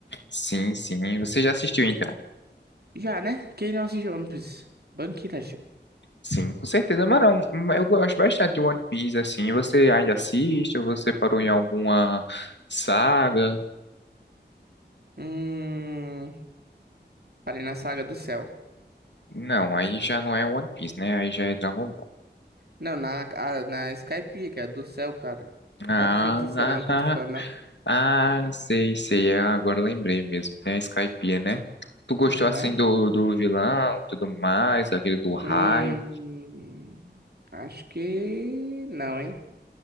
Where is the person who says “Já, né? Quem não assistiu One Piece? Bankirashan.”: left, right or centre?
Right